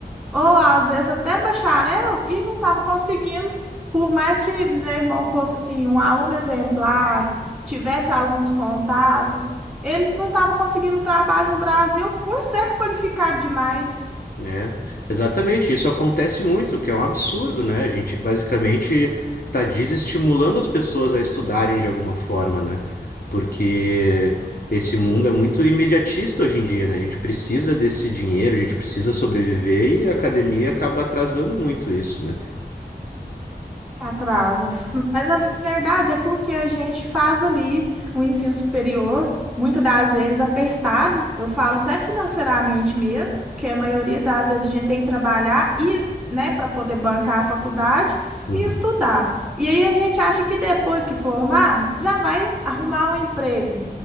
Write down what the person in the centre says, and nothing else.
ou às vezes até bacharel, e não estava conseguindo, por mais que meu irmão fosse assim, um aluno exemplar, tivesse alguns contatos, ele não estava conseguindo trabalho no Brasil por ser qualificado demais.
Atrasa. Mas na verdade é porque a gente faz ali o ensino superior, muitas das vezes apertado, eu falo até financeiramente mesmo, porque a maioria das vezes a gente tem que trabalhar e, es- né, para poder bancar a faculdade
e estudar. E aí a gente acha que depois que formar, já vai arrumar um emprego.